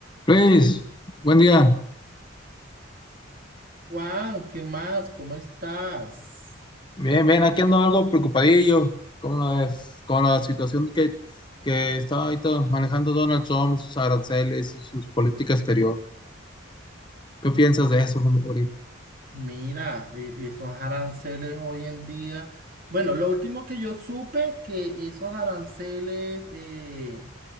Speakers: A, on the left; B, on the right.
A: Luis, buen día.
B: Juan, ¿qué más? ¿Cómo estás?
A: Bien, bien, aquí ando algo preocupadillo con la, con la situación que, que está ahorita manejando Donald Trump, sus aranceles y sus políticas exterior. ¿Qué piensas de eso ahorita?
B: Mira, eh, esos aranceles hoy en día. Bueno, lo último que yo supe que esos aranceles eh,